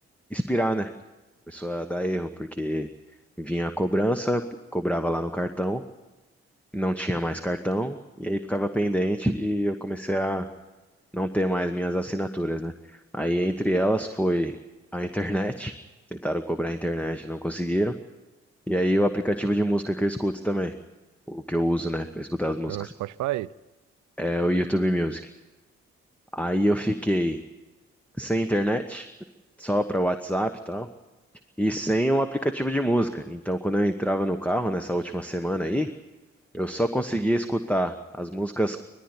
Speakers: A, in the centre; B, on the right.
A: expirar, né? Começou a dar erro, porque vinha a cobrança, cobrava lá no cartão, não tinha mais cartão, e aí ficava pendente e eu comecei a não ter mais minhas assinaturas, né? Aí entre elas foi a internet, <laughs> tentaram cobrar a internet, não conseguiram, e aí o aplicativo de música que eu escuto também, o que eu uso, né, para escutar as músicas,
B: É o Spotify.
A: é o YouTube Music. Aí eu fiquei sem internet, só para WhatsApp e tal. e sem um aplicativo de música. Então, quando eu entrava no carro nessa última semana aí, eu só conseguia escutar as músicas que